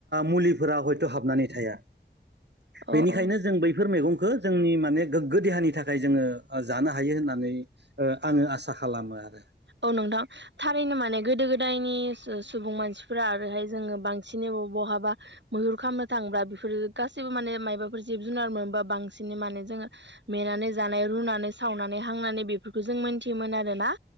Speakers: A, on the right; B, on the right.
A: मुलिफोरा हयथ' हाबनानै थाया।
B: <inaudible>
A: बेनिखायनो
B: औ औ
A: जों बैफोर मैगंखौ जोंनि माने गोग्गो देहानि थाखाय जोङो ओ जानो हायो। हायो होननानै ओ आङो आसा खालामो आरो।
B: औ नोंथां थारैनो माने गोदो गोदायनि सुबुं मानसिफोरा ओरैहाय जोङो बांसिन बहाबा मैहुर खालामनो थांबा बेफोर गासिबो माने मायबाफोर जिब जुनार मोनबा बांसिनै मान जोङो मेनानै जानाय रुनानै सावनानै हांनानै बेफोरखौ जों मोनथियोमोन आरोना।